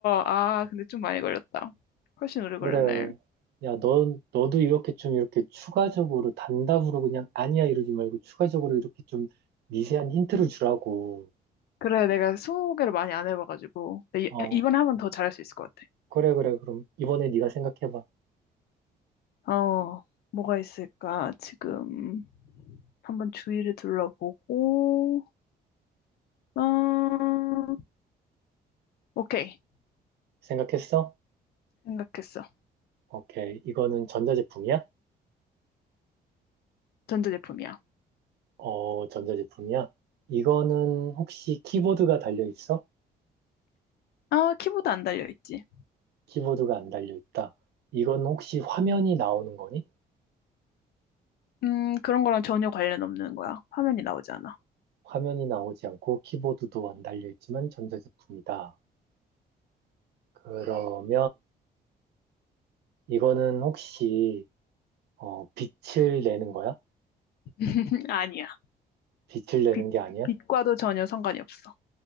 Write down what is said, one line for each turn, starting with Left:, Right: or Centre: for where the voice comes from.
Left: 아, 근데 좀 많이 걸렸다. 훨씬 오래 걸렸네.
Right: 그래. 야, 넌, 너도 이렇게 좀 이렇게 추가적으로 단답으로 그냥 아니야 이러지 말고 추가적으로 이렇게 좀 미세한 힌트를 주라고.
Left: 그래, 내가 소개를 많이 안 해봐가지고 근데
Right: 어,
Left: 이- 이번에 하면 더 잘할 수 있을 것
Right: 그래, 그래. 그럼 이번에 네가 생각해봐.
Left: 같아. 어, 뭐가 있을까? 지금 한번 주위를 둘러보고. 어... 오케이.
Right: 생각했어?
Left: 생각했어.
Right: 오케이. 이거는 전자제품이야?
Left: 전자제품이야.
Right: 어, 전자제품이야? 이거는 혹시 키보드가 달려있어?
Left: 아, 키보드 안 달려있지.
Right: 키보드가 안 달려있다. 이건 혹시 화면이 나오는 거니?
Left: 음, 그런 거랑 전혀 관련 없는 거야. 화면이 나오지 않아.
Right: 화면이 나오지 않고 키보드도 안 달려있지만 전자제품이다. 그러면 이거는 혹시 어, 빛을 내는 거야?
Left: <laughs> 아니야.
Right: 빛을 내는
Left: 빛,
Right: 게 아니야?
Left: 빛과도 전혀 상관이 없어.